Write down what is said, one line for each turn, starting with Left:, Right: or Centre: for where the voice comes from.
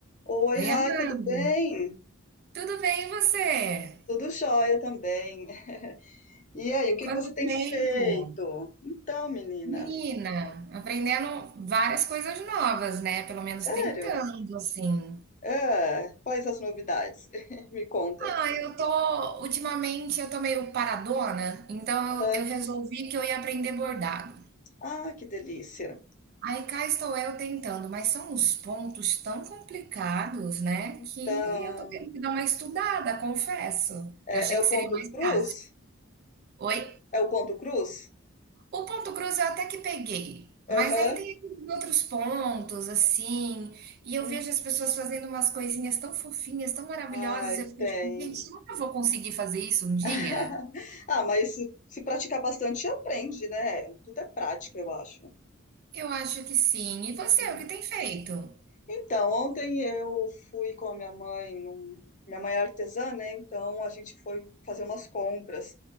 Left: Oi,
Right: Oi,
Left: Rai,
Right: Amanda,
Left: tudo bem?
Right: tudo bem e você?
Left: Tudo jóia também. E aí, o que
Right: Quanto
Left: que você tem
Right: tempo?
Left: feito? Então, menina,
Right: Menina, aprendendo várias coisas novas, né? Pelo menos
Left: sério?
Right: tentando, assim.
Left: Ah, quais as novidades? <laughs> Me conta.
Right: Ah, eu tô, ultimamente eu tô meio paradona, então
Left: Ah,
Right: eu, eu resolvi que eu ia aprender bordado.
Left: ah, que delícia.
Right: Aí cá estou eu tentando, mas são uns pontos tão complicados, né? Que
Left: Então,
Right: eu tô tendo que dar uma estudada, confesso.
Left: é,
Right: Eu achei
Left: é
Right: que
Left: o
Right: seria
Left: ponto
Right: mais
Left: cruz?
Right: fácil. Oi?
Left: É o ponto cruz?
Right: O Ponto Cruz eu até que peguei, mas
Left: Aham.
Right: aí tem aqueles outros pontos, assim, e eu
Left: Hum.
Right: vejo as pessoas fazendo umas coisinhas tão fofinhas, tão maravilhosas,
Left: Ai,
Right: eu fico
Left: tem.
Right: tipo, gente, será que eu vou conseguir fazer isso um dia?
Left: <laughs> Ah, mas se, se praticar bastante, aprende, né? Tudo é prática, eu acho.
Right: Eu acho que sim. E você,
Left: Uhum.
Right: o que tem feito?
Left: Então, ontem eu fui com a minha mãe, num- minha mãe é artesã, né? Então a gente foi fazer umas compras